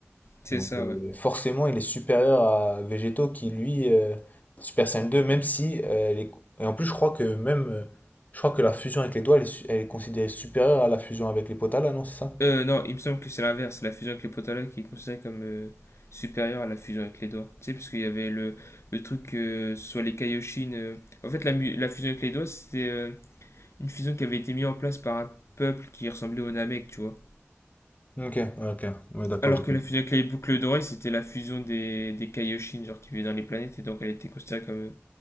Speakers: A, on the left; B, on the left.
A: c'est
B: Donc
A: ça,
B: euh,
A: ouais.
B: forcément, il est supérieur à Végétaux qui, lui, euh, Super Saiyan 2, même si... euh, elle est- Et en plus, je crois que même... euh, je crois que la fusion avec les doigts, elle est, su- elle est considérée supérieure à la fusion avec les potas, là, non, c'est ça?
A: Euh, non, il me semble que c'est l'inverse. La fusion avec les potala qui est considérée comme euh, supérieure à la fusion avec les doigts. Tu sais, parce qu'il y avait le, le truc euh, sur les Kaioshin. euh, En fait, la, mu- la fusion avec les doigts, c'était euh, une fusion qui avait été mise en place par un peuple qui ressemblait aux Namek, tu vois.
B: Ok, ouais, ok, ouais, d'accord,
A: Alors
B: j'ai
A: que
B: compris.
A: la fusion avec les boucles dorées, c'était la fusion des, des Kaioshin, genre qui vivaient dans les planètes, et donc elle était considérée comme euh,